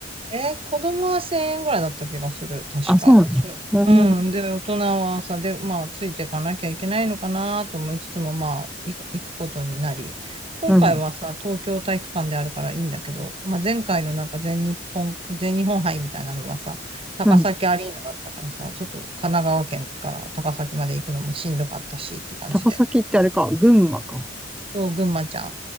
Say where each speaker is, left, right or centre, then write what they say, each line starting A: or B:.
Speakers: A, on the right (about 30°); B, in the centre.
A: え、子供は1000円ぐらいだった気がする、確か。
B: あ、そうなんだ。
A: ちょうん。
B: うん、
A: で、大人はさ、で、まあ、ついていかなきゃいけないのかなと思いつつも、まあ、い行くことになり、今回はさ、
B: うん、
A: 東京体育館であるからいいんだけど、まあ、前回のなんか全日本、全日本杯みたいなのはさ、高崎アリーナだったからさ、
B: うん。
A: ちょっと神奈川県から高崎まで行くのもしんどかったしって感じで、
B: 高崎ってあれか、群馬か。
A: そう、群馬ちゃん。